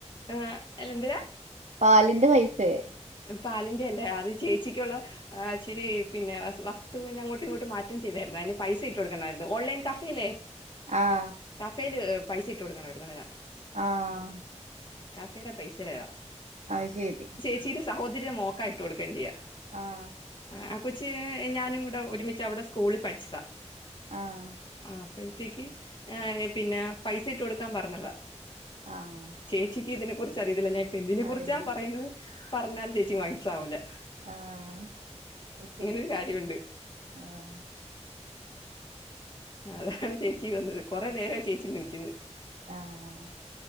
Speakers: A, on the left; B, on the right.
A: ആഹ് എല്ലന്തരാ
B: പാലിന്റെ പൈസേ
A: പാലിന്റെ അല്ലേ അത് ചേച്ചിക്കുള്ള ആഹ് ഇച്ചരി പിന്നെ വസ് വസ്തുന് അങ്ങോട്ടും ഇങ്ങോട്ട് മാറ്റം ചെയ്തായിരുന്നു അയിന് പൈസ ഇട്ട് കൊടുക്കണായിരുന്നു ഓൺലൈൻ ക ഫിലെ
B: ആഹ്
A: കഫേല് പൈസ ഇട്ട് കൊടുക്കണരുന്നതിന
B: ആഹ്
A: കഫെരെ പൈസരതാ
B: അത് ശരി
A: ഇച്ചിരി സഹോദര്യ മോക്ക ഇട്ട് കൊടുക്കേണ്ട്യാ
B: ആഹ്
A: ആഹ് കൊച്ച് ഞാനുങ്ങൂടെ ഒരുമിച്ച് അവിടെ സ്കൂളിൽ പഠിച്ചതാ
B: ആഹ്
A: ആഹ് അപ്പോഴത്തേക്ക് ഏഹ് പിന്നെ പൈസ ഇട്ട് കൊടുക്കാൻ പറഞ്ഞതാ.
B: ആഹ്.
A: ചേച്ചിക്ക് ഇതിനെ കുറിച്ച് അറിയത്തില്ല ഞാൻ ഇപ്പ എന്തിനെ കുറിച്ചാ
B: അറിയില്ല
A: പറയുന്നത് പറഞ്ഞാൽ ചേച്ചിക്ക് മനസിലാവൂലാ.
B: ആഹ് അയ്ശരി
A: ഒരു കാര്യമുണ്ട്
B: ആഹ്.
A: അതാണ് ചേച്ചി വന്നത് കുറേ നേരം ആയി ചേച്ചിന്ന് വിളിക്കുന്നു.
B: ആഹ്